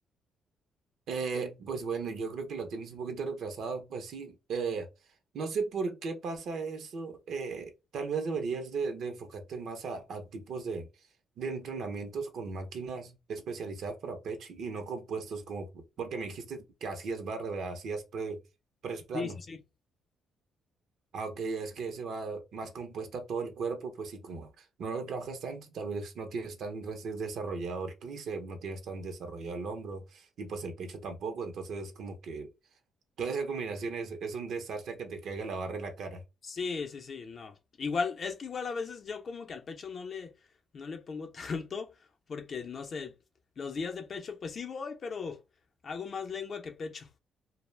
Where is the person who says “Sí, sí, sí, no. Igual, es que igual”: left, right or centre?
Left